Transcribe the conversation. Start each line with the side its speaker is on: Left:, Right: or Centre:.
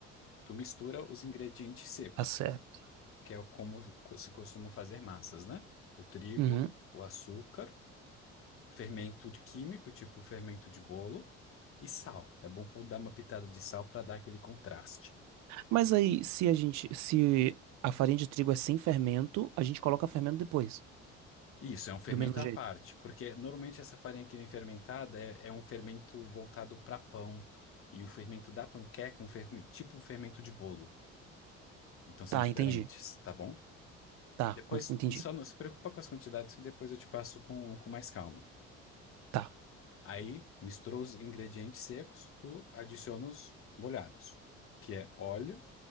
Left: tu mistura os ingredientes secos,
Right: Tá certo.
Left: que é como co- se costuma fazer massas, né? O trigo,
Right: Uhum.
Left: o açúcar fermento de químico, tipo fermento de bolo, e sal. É bom pôr- dar uma pitada de sal para dar aquele contraste.
Right: Mas aí, se a gente, se a farinha de trigo é sem fermento, a gente coloca fermento depois,
Left: Isso, é um fermento
Right: do mesmo jeito.
Left: à parte, porque normalmente essa farinha que vem fermentada é, é um fermento voltado para pão, e o fermento da panqueca é um fermento, tipo fermento de bolo. Então são
Right: Tá,
Left: diferentes,
Right: entendi.
Left: tá bom?
Right: Tá,
Left: Depois,
Right: cons- entendi.
Left: só não se preocupa com as quantidades que depois eu te passo com, com mais calma.
Right: Tá.
Left: Aí, misturou os ingredientes secos, tu adiciona os molhados, que é óleo